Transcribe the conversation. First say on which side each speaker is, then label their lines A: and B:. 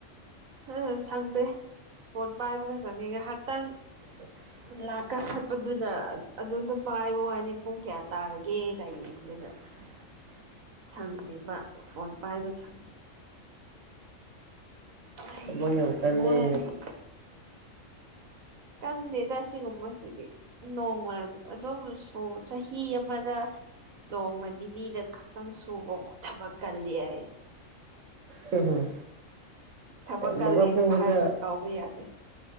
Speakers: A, on the right; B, on the right.
A: ꯎ ꯁꯪꯗꯦ ꯐꫭꯟ ꯄꯥꯏꯕꯒ ꯁꯪꯉꯦ ꯉꯥꯏꯍꯥꯛꯇꯪ
B: <unintelligible>
A: ꯂꯥꯛꯀ ꯈꯠꯄꯗꯨꯗ ꯑꯗꯣꯝꯗ ꯄꯥꯏꯕ ꯋꯥꯅꯤ ꯄꯨꯡ ꯀꯌꯥ ꯇꯥꯔꯒꯦ ꯀꯔꯤꯗꯅ
B: <unintelligible>
A: ꯁꯪꯗꯦꯕ ꯐꯣꯟ ꯄꯥꯏꯕ ꯁꯪꯗꯦ ꯑꯩ
B: ꯊꯃꯣꯏ ꯌꯥꯝ ꯀꯜꯂꯦ
A: ꯋꯥꯔꯦ ꯀꯟꯗꯦꯗ ꯁꯤꯒꯨꯝꯕ ꯁꯤꯗꯤ ꯅꯣꯡꯃ ꯑꯗꯨꯝ ꯁꯨ ꯆꯍꯤ ꯑꯃꯗ ꯅꯣꯡꯃ ꯅꯤꯅꯤꯗ ꯈꯛꯇꯪ ꯁꯨꯕꯕꯨ ꯊꯕꯛ ꯀꯜꯂꯤ ꯍꯥꯏꯌꯦ
B: ꯍꯨꯍꯨꯝ
A: ꯊꯕꯛ ꯀꯜꯂꯤ
B: ꯂꯩꯕꯥꯛꯄꯣꯛꯄꯗꯥ
A: ꯍꯥꯏꯕ ꯀꯥꯎꯕ ꯌꯥꯗꯦ